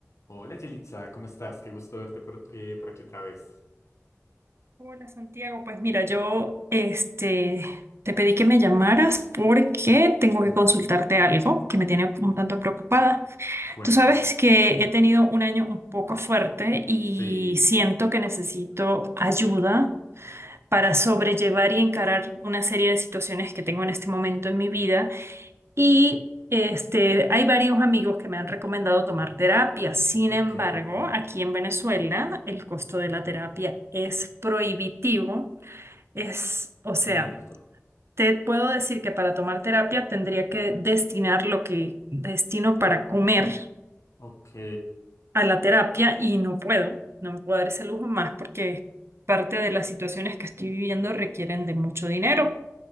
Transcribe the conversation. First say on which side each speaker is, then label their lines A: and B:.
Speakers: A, on the left; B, on the right.
A: Hola Yelitza, ¿cómo estás? Qué gusto verte por, eh, por aquí otra vez.
B: Hola Santiago, pues mira, yo este, te pedí que me llamaras porque tengo que
A: Ujú.
B: consultarte algo que me tiene un tanto preocupada.
A: Cuéntame.
B: Tú sabes que he tenido un año un poco fuerte y
A: Sí,
B: siento que necesito ayuda para sobrellevar y encarar una serie de situaciones que tengo en este momento en mi vida. Y este, hay varios amigos que me han recomendado tomar terapia. Sin
A: ok,
B: embargo, aquí en Venezuela el costo de la terapia es prohibitivo. Es, o sea,
A: muy alto.
B: te puedo decir que para tomar terapia tendría que destinar lo que destino para comer
A: Ok.
B: a la terapia y no puedo, no me puedo dar ese lujo más porque parte de las situaciones que estoy viviendo requieren de mucho dinero.